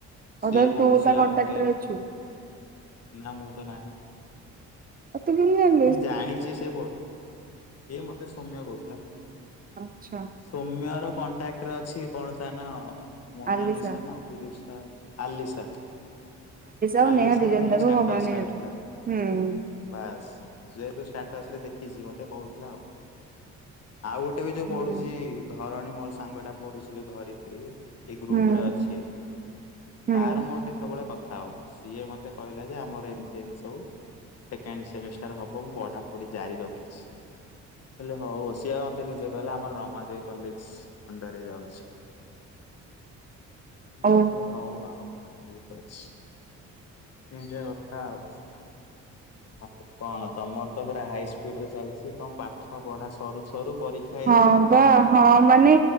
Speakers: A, on the right; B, on the left.
A: ଆଉ
B: ସିଏ
A: ତାହେଲେ
B: ପଢୁଛି
A: ତୁ ତା କଣ୍ଟାକ୍ଟରେ
B: ଆଉ ଗୋଟେ
A: ଅଛୁ।
B: ନା ମୁଁ ତ ନାହିଁ
A: ବି
B: ମୁଁ ଜାଣିଛି ସେ ଏ ମତେ ସୌମ୍ୟ କହୁଥିଲା
A: ଆଚଛା
B: ସୌମ୍ୟ ର କଣ୍ଟାକ୍ଟରେ ଅଛି କଣ ତା ନା ମୋନାଲି
A: ଆଲିସା
B: ସ ନା ଅଭିଲିପ ସା ଆଲିସା
A: ଆଉ
B: ଆଲିସା
A: ନେହା ଦି ଜଣ
B: ଦିନେ
A: ଯାକ
B: ଷ୍ଟାଟର
A: ଗମଳାନେହେରୁ।
B: ଛାଡିଥିଲା
A: ହୁଁ
B: ବାସ୍ ସେେତୁ ଷ୍ଟାଟସ ରେ ଦେଖିଛି ମତେ କହୁଥିଲା ଆଉ ଆଉ ଗୋଟେ ବି ଯୋଉ
A: ହୁଁ
B: ପଡୁଛି ଧରଣୀ ମୋର ସାଙ୍ଗ ଟା ପଡୁଛି ଯୋଉ ଧରି ଏଇ ଗ୍ରୁପ
A: ହୁଁ
B: ରେ ଅଛି
A: ହୁଁ।
B: ତାର ମୋ ଗଟେ ସବୁବେଳେ କଥା ଥାଉ ସିଏ ମତେ କହିଲା ଯେ ଆମର ଏମିତି ଏମିଷୁ ସେକେଣ୍ଡ ସେମିଷ୍ଟାର ହବ ମୁ ପଢାପଢି ଜାରି ରଖିଛି ହେଲେ ହଉ ସିେ ମତେ ନିଜେ କହିଲେ ଆମର ରମାଦେବୀ କଲେଜ ଅଣ୍ଡରରେ ଯାଉଛି
A: ଓ
B: ବହିଲେ ହଉ ଆଉ ଠିକ ଅଛି ଏମତିଆ କଥା ଆଉ ଆଉ କଣ ତମର ତ ପୁରା ହାଇ ସ୍ପିଡ ରେ ଚାଲିଛି କଣ ପାଠ ପଢା ସରୁ ସରୁ ପରୀକ୍ଷା ହେଇଯାଉଛି
A: ହଁ
B: ପୁଣି
A: ବା ହଁ ମାନେ